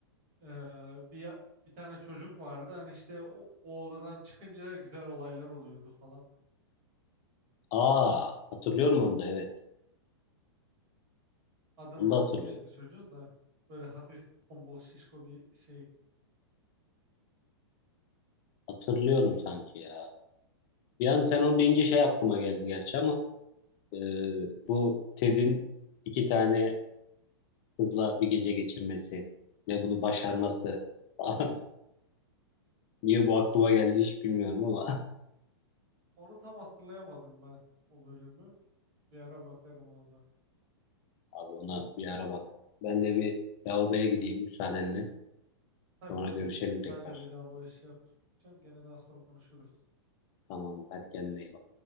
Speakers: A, on the right; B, on the left.
A: e, bir bir tane çocuk vardı. Hani işte o, o odadan çıkınca güzel olaylar oluyordu falan.
B: Aa hatırlıyorum onu da evet.
A: Adını
B: Onu da
A: unuttum
B: hatırlıyorum.
A: şimdi çocuğun da. Böyle hafif tombul şişko bir şey.
B: Hatırlıyorum sanki ya. Bir an sen onu deyince şey aklıma geldi gerçi ama e, bu Ted'in iki tane kızla bir gece geçirmesi ve bunu başarması falan. <laughs> Niye bu aklıma geldi hiç bilmiyorum ama <laughs>
A: Onu tam hatırlayamadım ben o bölümü. Bir ara bakarım ona da.
B: abi ona bir ara bak. Ben de bir lavaboya gideyim müsaadenle.
A: Tabii
B: Sonra
A: tabii.
B: görüşelim tekrar.
A: Ben de bir lavaboya şey yapacağım. Gene daha sonra konuşuruz.
B: Tamam, hadi kendine iyi bak.